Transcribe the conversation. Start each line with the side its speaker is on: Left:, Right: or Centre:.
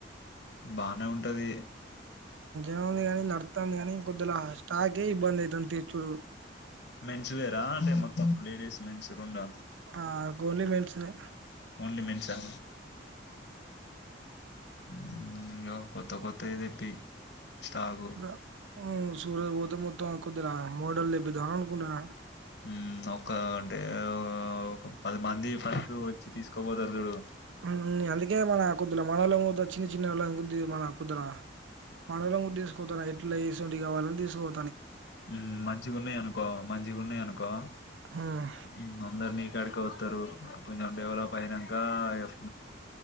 Left: బానే ఉంటది
Right: ఏముంది గాని నడుత్తాంది గాని కొద్దుల స్టాకే ఇబ్బంది అయితాంది తీర్చూడు
Left: మెన్సు వేరా అంటే మొత్తం లేడీస్ మెన్సు రెండా
Right: ఆ గోలీ మెన్స్ వే
Left: ఓన్లీ మేన్స్ ఆ హ్మ్ కొత్త కొత్తవి తెప్పి స్టాకు
Right: ద హ్మ్ సూరత్ పోతే మొత్తం కొద్దిలా మోడల్ తెప్పిద్దాం అనుకుంటున్నా
Left: హ్మ్ ఒక అంటే ఒక పది మంది ఫస్ట్ వచ్చి తీసుకోపోతారు చూడు
Right: హ్మ్ అందుకే మన కుద్దుల మనలో చిన్న చిన్నలోని గుద్ది మన కుద్తుల మనలో తీసుకోతారా ఎట్లా చేసి <unintelligible> కావాలని తీసుకోవు
Left: హ్మ్ మంచిగా ఉన్నాయి అనుకో మంచిగా ఉన్నాయి అనుకో
Right: హ్మ్.
Left: హ్మ్ అందరు నీ కాడికి వస్తారు కొంచెం డెవలప్ అయిన గాయఫ్